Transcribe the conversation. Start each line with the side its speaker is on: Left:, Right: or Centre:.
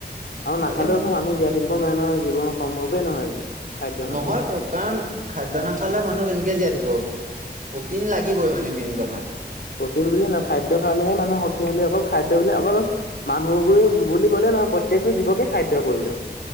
Left: আৰু
Right: ভালেই
Left: নাখালেও
Right: হ'ল
Left: আকৌ মানুহ জীয়াই থাকিব নোৱাৰে নহয় জীৱন সম্ভৱে নহয়। খাদ্য নাখালে
Right: নহয়তো কাৰণ খাদ্য নাখালে মানুহ কেনেকে জীয়াই থাক কিবা। প্ৰটিন লাগিবই মানে মেইন কথা।
Left: প্ৰটিন বুলি নায় খাদ্যয় খালেহে মানুহে শক্তিশালী অকল খাদ্য বুলি অকল মানুহবোৰে বুলি গ'লে নহয় প্ৰত্যেকটো জীৱকে খাদ্যৰ প্ৰয়োজন।